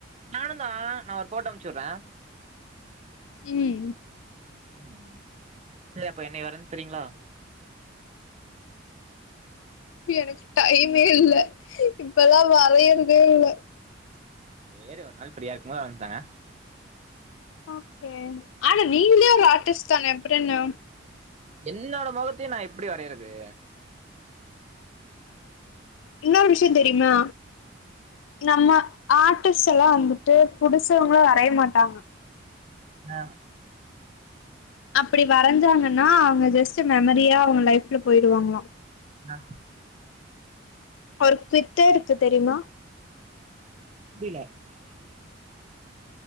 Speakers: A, on the right; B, on the left.
A: நானுந்தா நா ஒர் போட்டா அமுச்சுர்றே
B: உம்
A: உம் <unintelligible> அப்ப என்னை வரைஞ் தெரிங்ளா
B: எனக் டைமே இல்ல இப்பல்லா வரையறதே இல்ல
A: சேரி ஒரு நாள் ப்ரீயா இருக்கு போது வரஞ்தாங்க
B: ஓகே ஆனா நீங்கிளயே ஒரு ஆர்டிஸ் தானே அப்புறயென்னம்
A: என்னோட மொகத்தைய நா எப்டி வரையிறதே
B: என்னொரு விஷ்ய தெரியுமா நம்ம ஆர்டிஸ் எல்லா வந்துட்டு புடிசவங்களா வரைய மாட்டாங்
A: அ
B: அப்பிடி வரைஞ்சாங்கன்னா அவங்க ஜெஸ்ட் மெமரியா அவுங்க லைஃப்ல போயிருவாங்குளா
A: நா
B: ஒரு பித்தேதுக்கு தெரியுமா
A: <unintelligible>